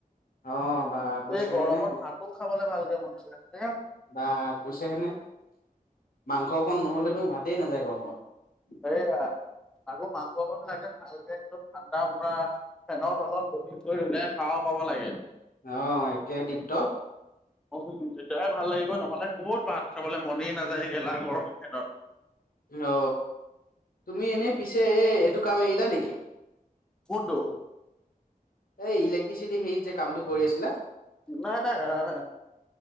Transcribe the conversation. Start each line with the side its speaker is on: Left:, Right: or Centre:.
Left: অ বা কৈছাহে
Centre: এই গৰমত
Left: নে
Centre: ভাতো খাবলে ভালকে মন নাযায় <unintelligible>
Left: বা কুছে হেনে
Centre: <inaudible>
Left: মাংস অকণ নহ'লেতো মোৰ ভাতেই নাযায় গৰমত।
Centre: সেইয়া আকৌ মাংসকন লাগে ভালকে একদম ঠাণ্ডা পৰা ফেনৰ তলত বহ কৰি ধুনীয়াকে খাব পাব লাগে।
Left: অঁ একে টিপটপ।
Centre: উ তেতিয়াহে ভাল লাগিব নহলে ক'ত ভাত খাবলে মনেই নাযায় গেলা গৰম দিনত।
Left: অ তুমি এনে পিছে এ এইটো কাম এৰিলা নেকি?
Centre: কোনটো?
Left: এই ইলেক্ট্ৰিচিটি হেৰিত যে কামটো কৰি আছিলা?
Centre: নাই নাই এৰা নাই,